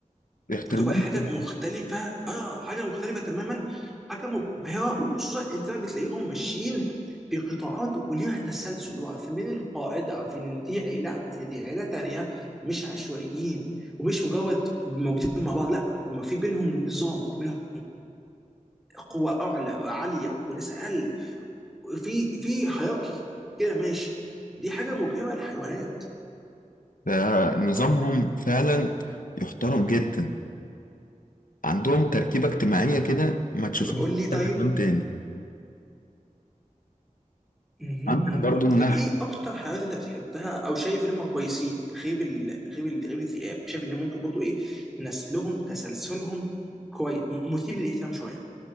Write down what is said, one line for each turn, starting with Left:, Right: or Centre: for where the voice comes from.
Left: بيحترموه
Centre: بتبقى حاجه
Left: جداً.
Centre: مختلفه اه حاجه مختلفه تماما حاجه مبهره وخصوصا انت لما بتلاقيهم ماشيين في قطاعات وليها تسلسل اللي هو عارفين مين القائد عارفين ان دي عيله عارفين إن دي عيله تانيه مش عشوائيين ومش مجرد موجودين مع بعض لا هم في بينهم نظام بينهم قوه اعلى وعاليه وناس اقل في في هيراركي كده ماشي دي حاجه مبهره للحيوانات
Left: ده نظامهم فعلا يحترم جدا عندهم تركيبة اجتماعية كده ما تشوفهاش
Centre: طب قول
Left: في
Centre: لي طيب
Left: أي حيوان تاني
Centre: مهم.
Left: عندك برضو النحل
Centre: طب ايه اكتر حيوانات انت بتحبها او شايف ان هم كويسين غير ال... غير ال... غير الذئاب شايف ان ممكن برضه ايه نسلهم تسلسلهم كويس مثير للاهتمام شويه